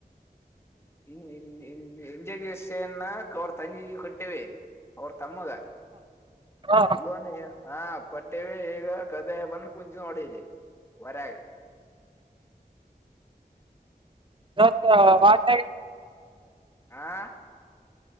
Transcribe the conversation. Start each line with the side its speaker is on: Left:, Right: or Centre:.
Left: <unintelligible> ಎಜ್ೇ ಅವರ ತಂಗಿ ಕಟ್ಟವೇನ್ ಅವ್ರ ತಮ್ಮಗನ
Right: ಹಾಂ
Left: ಹಾ ಕೊಟ್ಟೇವಿ ಈಗ ಗದೆ ಬಂದು ಕುಂಚಿ ನೋಡಿಲಿ ಹೊರಗೆ
Right: ದಸ್ ವಗ
Left: ಆಾ